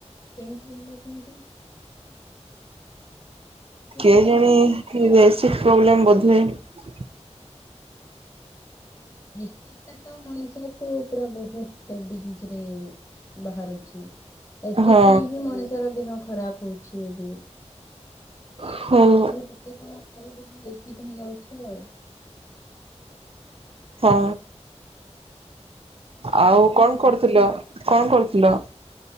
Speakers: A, on the left (about 25°); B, on the right (about 55°).
A: କେମିତି ହେଲା କେମତି କି
B: କେ
A: କି କଣ?
B: ଜଣ ବ ପ୍ର୍ଲେ ବ ହୁଁ
A: ହ ତ ମଣିଷ କୁ ପୁରା ବହୁତ ଡିଜି ରେ ବାହାରୁଛି ଏସିଡ
B: ହଁ
A: ପାଇଁ ହିଁ ମଣିଷର ଦେହ ଖରାପ ହେଉଛି ବି ସକାଳୁ
B: ହଉ
A: ଟିକେ କଣ ଖାଇଦେବି ବେଶି ହେଇଯାଉଛି ହମର
B: ହଁ
A: କଣ
B: ଆଉ
A: ଖାଇଥିଲେ
B: କଣ
A: କି?
B: କରୁଥିଲ କଣ କରୁ ନ